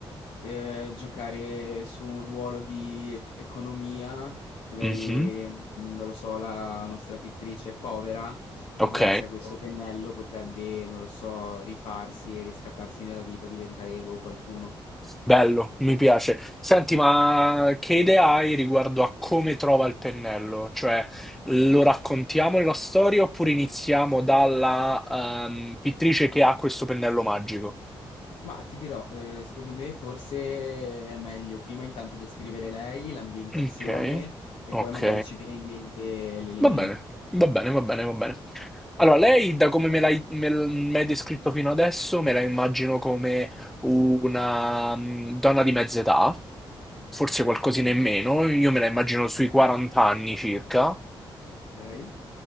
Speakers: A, on the left (about 80°); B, in the centre.
A: eh, giocare su un ruolo di economia, magari
B: Mhm.
A: mm, non lo so, la nostra pittrice è povera e
B: Ok,
A: grazie a questo Ok. pennello potrebbe, non lo so, rifarsi e riscattarsi nella vita, diventare boh, qualcuno.
B: bello, mi piace. Senti, ma che idee hai riguardo a come trova il pennello? Cioè, lo raccontiamo nella storia oppure iniziamo dalla ehm, pittrice che ha questo pennello magico?
A: Ma ti dirò, ehm, secondo me forse è meglio prima intanto descrivere lei, l'ambientazione
B: Ok,
A: e
B: ok,
A: poi magari ci viene in mente l'elemento.
B: va bene, va bene, va bene, va bene. Allora, lei, da come me l'hai me l- mi hai descritto fino adesso, me la immagino come una mm, donna di mezza età, forse qualcosina in meno, io me la immagino sui 40 anni circa,
A: Okay.